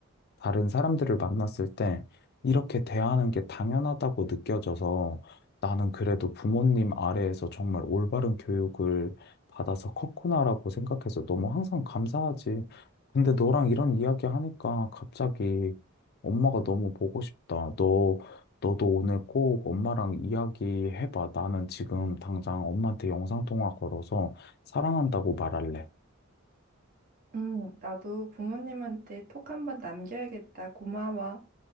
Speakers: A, on the left; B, on the right.
A: 다른 사람들을 만났을 때 이렇게 대하는 게 당연하다고 느껴져서 나는 그래도 부모님 아래에서 정말 올바른 교육을 받아서 컸구나라고 생각해서 너무 항상 감사하지. 근데 너랑 이런 이야기 하니까 갑자기 엄마가 너무 보고 싶다. 너, 너도 오늘 꼭 엄마랑 이야기해봐. 나는 지금 당장 엄마한테 영상통화 걸어서 사랑한다고 말할래.
B: 응, 나도 부모님한테 톡 한번 남겨야겠다. 고마워.